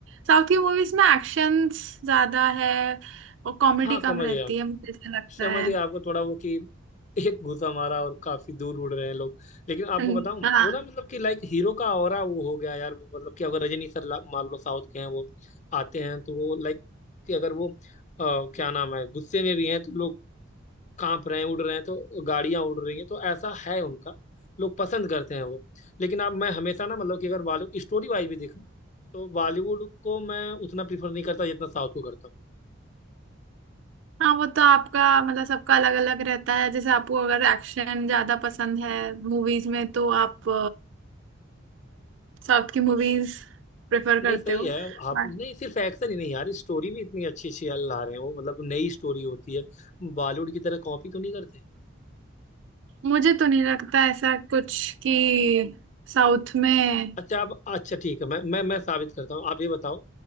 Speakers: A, on the right (about 65°); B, on the left (about 35°).
A: साउथ की मूवीज में एक्शंस ज्यादा है और कॉमेडी
B: हाँ समझ
A: कम रहती
B: गया
A: है मुझे ऐसा लगता
B: समझिए
A: है
B: आपको थोड़ा वो कि एक घुसा मारा और काफी दूर उड़ रहे हैं लोग लेकिन आपको
A: हम्म।
B: बताऊं
A: हाँ
B: वो ना मतलब कि लाइक हीरो का ऑरा वो हो गया यार वो मतलब कि अगर रजनी सर ला- मान लो साउथ के हैं वो आते हैं तो वो लाइक कि अगर वो अ, क्या नाम है गुस्से में भी हैं तो लोग कांप रहे हैं उड़ रहे हैं तो गाड़ियां उड़ रही हैं तो ऐसा है उनका लोग पसंद करते हैं वो लेकिन अब मैं हमेशा ना मतलब कि अगर बॉलीवुड स्टोरी वाइज भी देखूं तो बॉलीवुड को मैं उतना प्रीफर नहीं करता जितना साउथ को करता हूँ
A: हाँ वो तो आपका मतलब सबका अलग अलग रहता है जैसे आपको अगर एक्शन ज्यादा पसंद है मूवीज में तो आप साउथ की मूवीज प्रेफर करते
B: नहीं सही
A: हो
B: है आप
A: But
B: नहीं सिर्फ एक्शन ही नहीं यार स्टोरी भी इतनी अच्छी अच्छी यार ला रहे हैं वो मतलब नई स्टोरी होती है बॉलीवुड की तरह कॉपी तो नहीं करते
A: मुझे तो नहीं लगता ऐसा कुछ कि साउथ में
B: अच्छा आप अच्छा ठीक है मैं मैं मैं साबित करता हूँ आप ये बताओ